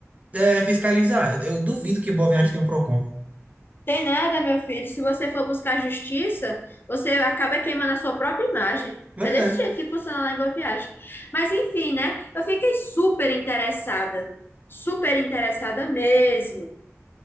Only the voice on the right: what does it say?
é, fiscalizar? Eu, eu duvido que Boa Viagem tenha um Procon.
Pois
é.